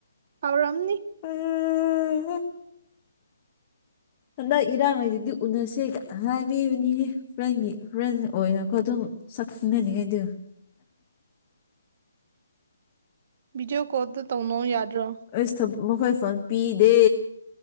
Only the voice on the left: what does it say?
ꯎꯝ ꯍꯟꯗꯛ ꯏꯔꯥꯡꯉꯩꯗꯨꯗꯤ ꯎꯅꯁꯦꯒ ꯍꯥꯏꯕꯤꯕꯅꯤꯍꯦ ꯐ꯭ꯔꯦꯟꯒꯤ ꯐ꯭ꯔꯦꯟ ꯑꯣꯏꯅꯀꯣ ꯑꯗꯨꯝ ꯁꯛꯅꯅꯤꯡꯉꯥꯏꯗꯨ
ꯑꯩꯁ ꯃꯈꯣꯏ ꯐꯣꯟ ꯄꯤꯗꯦ